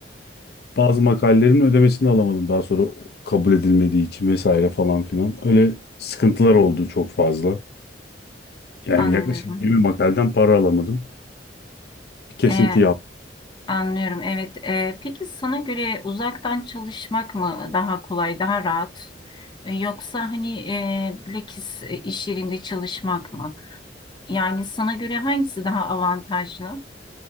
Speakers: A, on the left; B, on the left.
A: Bazı makalelerin ödemesini alamadım daha sonra kabul edilmediği için vesaire falan filan. Öyle sıkıntılar oldu çok fazla. Yani
B: anlıyorum.
A: yaklaşık 20 makaleden para alamadım. Bir kesinti
B: Ee,
A: yaptım.
B: anlıyorum. Evet. Ee, peki sana göre uzaktan çalışmak mı daha kolay, daha rahat? E, Yoksa hani e, bilakis e, iş yerinde çalışmak mı? Yani sana göre hangisi daha avantajlı?